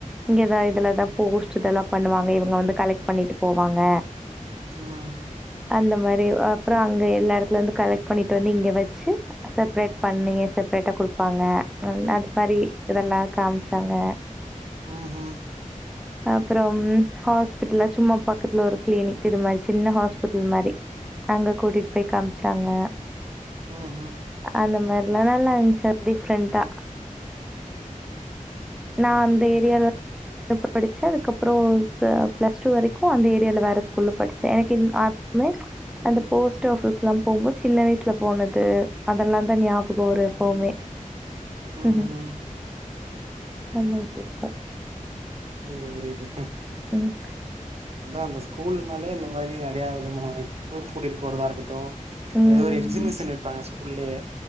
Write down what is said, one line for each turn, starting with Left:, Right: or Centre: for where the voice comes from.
Centre: இங்கதா இதுலதா போஸ்ட் இதெல்லா பண்ணுவா ங்க‌ இவுங்க வந்து கலெக்ட் பண்ணிட்டு போவாங்க
Right: ம்
Centre: அந்த மாரி அப்றொ அங்க எல்லா எடத்துலந்து கலெக்ட் பண்ணிட்டு வந்து இங்க வச்சு செப்ரேட் பண்ணி செப்ரேட்டா குடுப்பாங்க நல்ல அது மாரி இதெல்லா காம்ச்சாங்க
Right: ம்ஹும்
Centre: அப்றம் ஹாஸ்பிட்டல்ல சும்மா பக்கத்துல ஒரு கிளினிக் இது மாரி சின்ன ஹாஸ்பிட்டல் மாரி அங்க கூட்டிட் போய் காம்ச்சாங்க
Right: ம்ஹும்
Centre: அந்த மார்லா நல்லா இருன்ச்சு டிஃப்ரெண்டா நா அந்த ஏரியால தா ஃபஸ்ட் ஸ்டான்டட் படுச்சு அதுக்கப்றொ பிளஸ் டூ வரைக்கு அந்த ஏரியால வேற ஸ்கூல்ல படிச்சே எனக்கு இன் அப்மே அந்த போஸ்ட் ஆஃபிஸ்லா போம்போது சின்ன வயசுல போனது அதெல்லாந்தா ஞாபகொ வரு எப்பவுமே
Right: ம்
Centre: ம்ஹும்.
Right: ம்
Centre: <unintelligible>
Right: புரியிது புரியிது
Centre: ம்.
Right: அதா அந்த ஸ்கூல்னாலே இந்த மாரி அ றையா விதமான டூருக் கூட்டிட்டு போறதா இருக்கட்டு இல்ல
Centre: ம்.
Right: எதோ ஒரு எக்ஸிபிஸன் வைப்பாங்க ஸ்கூல்லயே